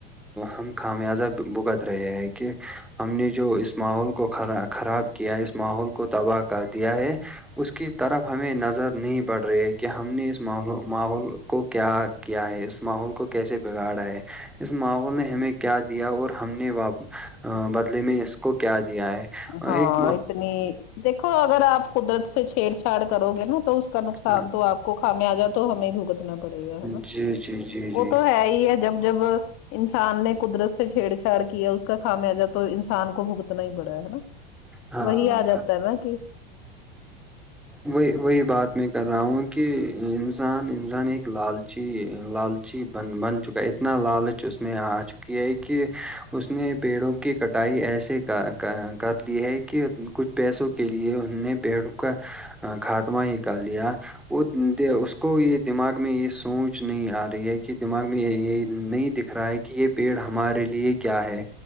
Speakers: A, in the centre; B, on the left (about 50°).
A: ہم خامیازہ بھگت رہے ہیں کہ ہم نے جو اس ماحول کو خراب کیا ہے اس ماحول کو تباہ کر دیا ہے اس کی طرف ہمیں نظر نہیں پڑ رہی ہے کہ ہم نے اس ماحول کو کیا کیا ہے اس ماحول کو کیسے بگاڑا ہے اس ماحول نے ہمیں کیا دیا اور ہم نے بدلے میں اس کو کیا دیا ہے اور
B: ہاں
A: ایک
B: اتنی دیکھو اگر آپ قدرت سے چھیڑ چھاڑ کرو گے نا تو اس کا نقصان
A: ہاں،
B: تو آپ کو خمیازہ تو ہمیں بھگتنا پڑے گا ہے نا
A: جی جی جی جی
B: وہ تو ہے ہی ہے جب جب انسان نے قدرت سے چھیڑ چھاڑ کیا اس کا خامیازہ تو انسان کو بھگتنا ہی پڑا ہے نا
A: ہاں
B: وہی آ
A: بس
B: جاتا ہے نا کہ
A: وہی وہی بات میں کر رہا ہوں کہ انسان انسان ایک لالچی لال جی بن بن چکا ہے اتنا لالچ اس میں آ چکی ہے کہ اس نے پیڑوں کی کٹائی ایسے کر کر لی ہے کہ کچھ پیسوں کے لیے ان نے پیڑوں کا خاتمہ ہی کر لیا وہ اس کو یہ دماغ میں یہ سوچ نہیں آ رہی ہے کہ دماغ میں یہ نہیں دکھ دکھ رہا ہے کہ یہ پیڑ ہمارے لیے کیا ہے